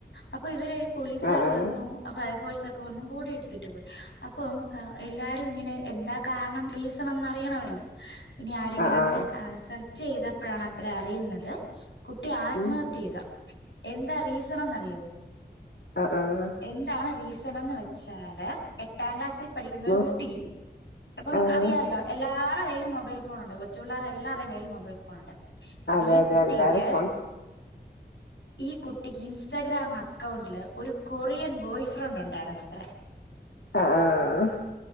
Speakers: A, on the left (about 90°); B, on the left (about 70°).
A: അപ്പൊ ഇവര് പോലീസ്കാർവന്നു
B: ആഹ് ആഹ്
A: അപ്പൊ സ് ഒക്കെവന്ന് ബോഡി എടുത്തിട്ടത് അപ്പം വന്ന് ആ എല്ലാരുഇങ്ങനെ എന്താ കാരണം റീസണെന്നറിയണമല്ലോ ഇനി ആരെങ്കിലുഅങ്ങനെ
B: ആഹ് ആഹ്
A: ചെയ്തപ്പഴാണത്ര അറിയുന്നത് കുട്ടി ആത്മഹത്യ
B: ഉം
A: യ്ത എന്താ റീസണ ന്നറിയോ
B: ആഹ് ആഹ്
A: എന്താ റീസൺ ന്ന് വെച്ചാല് എട്ടാം ക്ലാസ്സിൽ പഠിക്കുന്ന
B: ബോ
A: ഒരു കുട്ടി ഇപ്പം
B: ആഹ്
A: അറിയാലോ എല്ലാ ര കൈയ്യിലും മൊബൈൽഫോണുണ്ട് കൊച്ചുപിള്ളേരെ എല്ലരുടെ കയ്ൽ മൊബൈ ഫോണുണ്ട് അപ്പൊ
B: അതെ
A: ഈ
B: അതെ
A: കുട്ടിക്ക്
B: എല്ലാരെ ഫോൺ
A: ഈ കുട്ടിക്ക് ഇൻസ്റ്റാഗ്രാം അക്കൗണ്ടില് ഒരു കൊറിയൻ ബോയ് ഫ്രണ്ട് ഉണ്ടായിരുന്ന ത്ര
B: ആ ആ